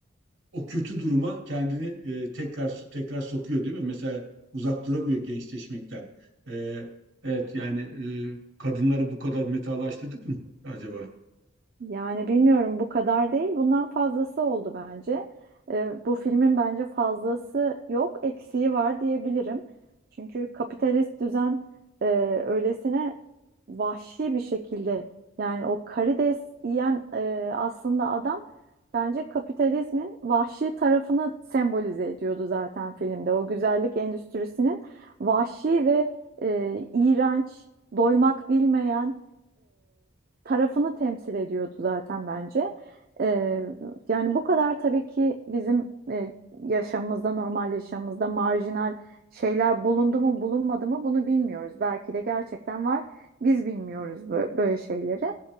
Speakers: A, on the right; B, on the right.
A: o kötü duruma kendini e, tekrar so, tekrar sokuyor değil mi? Mesela uzak duramıyor gençleşmekten. E, evet yani e, kadınları bu kadar metalaştırdık mı acaba?
B: Yani bilmiyorum bu kadar değil. Bundan fazlası oldu bence. Ee, bu filmin bence fazlası yok, eksiği var diyebilirim. Çünkü kapitalist düzen e, öylesine vahşi bir şekilde yani o karides yiyen e, aslında adam bence kapitalizmin vahşi tarafını sembolize ediyordu zaten filmde. O güzellik endüstrisinin vahşi ve e, iğrenç, doymak bilmeyen tarafını temsil ediyordu zaten bence. Ee, yani bu kadar tabii ki bizim e, yaşamımızda, normal yaşamımızda marjinal şeyler bulundu mu bulunmadı mı bunu bilmiyoruz. Belki de gerçekten var. Biz bilmiyoruz bö- böyle şeyleri.